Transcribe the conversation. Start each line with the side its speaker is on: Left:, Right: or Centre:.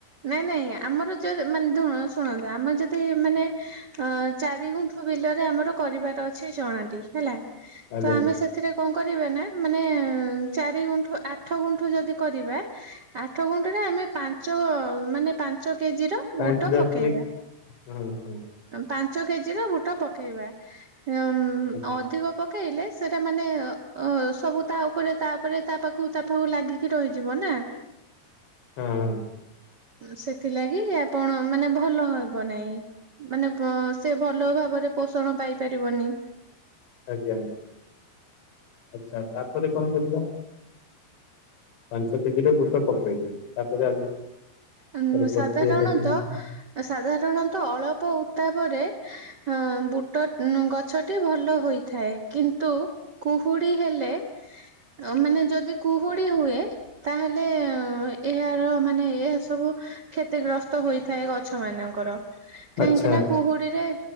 Right: ନାଇଁ ନାଇଁ ଆମର ଜେ ମାନେ ଧୁ ଶୁଣନ୍ତୁ ଆମ ଯଦି ମାନେ ଅ ଚାରି ଗୁଣ୍ଠ ବିଲରେ ଆମର କରିବାର ଅଛି ଜଣାନ୍ତି ହେଲା।
Left: ଆଜ୍ଞା
Right: ତ ଆମେ ସେଥିରେ କଣ କରେ ନା ମାନେ ଚାରି ଦି ଗୁଣ୍ଠୁ ଆଠ ଗୁଣ୍ଠୁ ଯଦି କରିବେ ଆଠ ଗୁଣ୍ଠୁରେ ଆମ ପାଞ୍ଚ ମାନେ ପାଞ୍ଚ କେଜିର
Left: ପାଞ୍ଚ
Right: ବୁଟ
Left: ଦଶ
Right: ପକେଇବା।
Left: ମିନିଟ ହଁ ହଁ
Right: ପାଞ୍ଚ କେଜିର ବୁଟ ପକେଇବା ଅଁମ
Left: ଆଜ୍ଞା
Right: ଅଧିକ
Left: ହଁ
Right: ପ ପକେଇଲେ ସେଟା ମାନେ ଅ ସବୁ ତା ଉପରେ ତାପରେ ତା ପାଖକୁ ତା ପାଖକୁ ଲାଗିକି ରହିଯିବ ନା।
Left: ହୁଁ।
Right: ସେଥିଲାଗି ଆପଣ ମାନେ ଭଲ ହବ ନାହିଁ। ମାନେ ବ ସେ ଭଲ ଭାବରେ ପୋଷଣ ପାଇପାରିବନି।
Left: ଆଜ୍ଞା ଆଚ୍ଛା ତାପରେ କଣ କରିବ? ପାଞ୍ଚ କେଜିର ବୁଟ ପକେଇଲେ ତାପରେ ଆଗକୁ ତାପରେ
Right: ଉଁ
Left: ପ୍ରକିୟା
Right: ସାଧାରଣତଃ
Left: ଟା କେମଟି।
Right: ସାଧାରଣତଃ ଅଳପ ଉତ୍ତାପରେ ହଁ ବୁଟ ଗଛଟି ଭଲ ହୋଇଥାଏ କିନ୍ତୁ କୁହୁଡ଼ି ହେଲେ ଅ ମାନେ ଯଦି କୁହୁଡି ହୁଏ ତାହେଲେ ଏହାର ମାନେ ଏହା ସବୁ କ୍ଷତିଗ୍ରସ୍ତ ହୋଇଥାଏ ଗଛ ମାନଙ୍କର। କାହିଁକି
Left: ଆଚ୍ଛା
Right: ନା କୁହୁଡିରେ